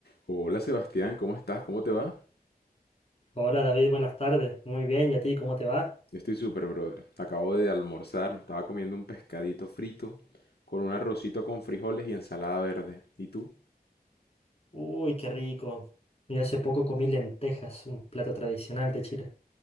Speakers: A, on the left (about 90°); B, on the left (about 40°).
A: Hola Sebastián, ¿cómo estás? ¿Cómo te va?
B: Hola David, buenas tardes. Muy bien, ¿y a ti cómo te va?
A: Yo estoy súper, brother. Acabo de almorzar, me estaba comiendo un pescadito frito con un arrocito con frijoles y ensalada verde. ¿Y tú?
B: Uy, qué rico. Yo hace poco comí lentejas, un plato tradicional de Chile.